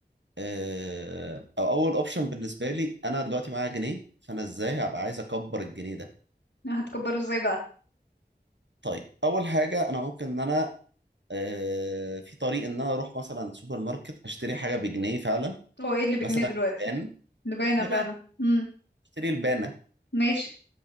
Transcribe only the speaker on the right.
آه، او اول اوبشن بالنسبه لي انا دلوقتي معايا جنيه فانا ازاي هبقى عايز اكبر الجنيه ده
طيب اول حاجه انا ممكن ان انا آه، في طريق ان انا اروح مثلا سوبر ماركت اشتري حاجه بجنيه فعلا
مثلا
لبان
لبان
اشتري لبانه